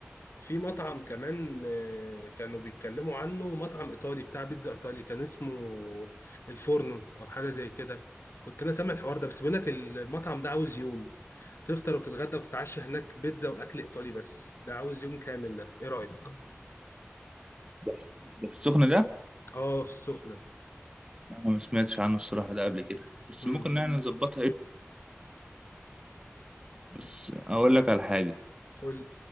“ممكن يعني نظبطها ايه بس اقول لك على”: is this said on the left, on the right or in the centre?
Right